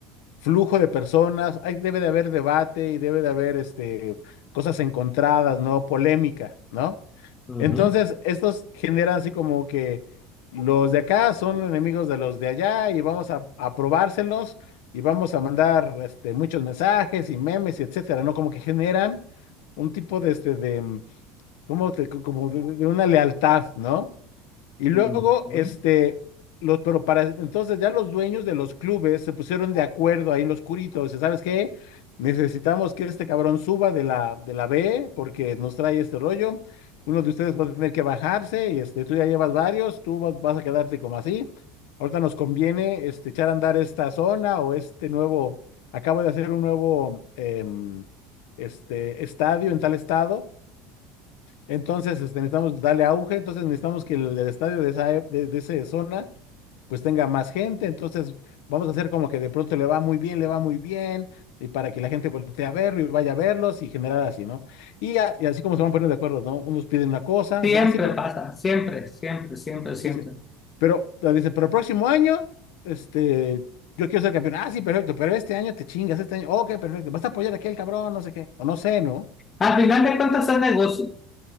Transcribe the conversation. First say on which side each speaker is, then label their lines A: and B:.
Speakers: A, on the left (about 65°); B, on the left (about 30°).
A: flujo de personas, hay, debe de haber debate y debe de haber este, cosas encontradas, ¿no? Polémica, ¿no?
B: Ujú,
A: Entonces, estos generan así como que los de acá son enemigos de los de allá y vamos a, a probárselos y vamos a mandar este, muchos mensajes y memes y etcétera, ¿no? Como que generan un tipo de, este, de, mm, ¿cómo te- como de de una lealtad, ¿no? Y luego,
B: ujú.
A: este, los, pero para, entonces ya los dueños de los clubes se pusieron de acuerdo ahí en los curitos, ¿sabes qué? Necesitamos que este cabrón suba de la, de la B porque nos trae este rollo. Uno de ustedes va a tener que bajarse y este, tú ya llevas varios, tú vas, vas a quedarte como así. Ahorita nos conviene este, echar a andar esta zona o este nuevo, acabo de hacer un nuevo em, este, estadio en tal estado entonces, este, necesitamos darle auge, entonces necesitamos que el, el estadio de esa, e- de, de esa zona pues tenga más gente, entonces vamos a hacer como que de pronto le va muy bien, le va muy bien, y para que la gente voltee a verlo y vaya a verlos y generar así, ¿no? Y, a- y así como se van poniendo de acuerdo, ¿no? Unos piden una cosa,
B: Siempre
A: dice, ah, sí, pero,
B: pasa, siempre, siempre, siempre, siempre.
A: dice, pero, ah, dice, pero el próximo año, este, yo quiero ser campeón, ah, sí, perfecto, pero este año te chingas, este año, ok, perfecto, vas a apoyar a aquel cabrón, no sé qué, o no sé, ¿no?
B: Al final de cuentas es negocio.